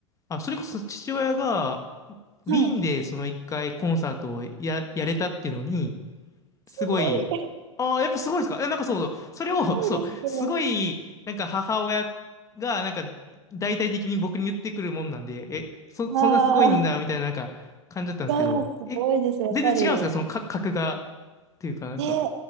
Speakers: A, on the left; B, on the right.
A: あ、それこそ父親が、ウィーンでその一回コンサートをや、
B: はい。
A: やれたっていうのに、
B: すごい、
A: すごい、
B: す
A: ああ、やっぱすごいですかえ、なんかそう、それを、
B: ごいですけど、
A: そう、すごい、なんか母親が、なんか、大体的に僕に言ってくるもんなんで、え、そ、
B: ああ、
A: そんなすごいんだ、みたいな、なんか、感じだったんですけど、
B: いやいや、すごいです。
A: え、
B: やっぱり。
A: 全然違うんですかそのか、格が、っていうか、なんか、
B: ね、や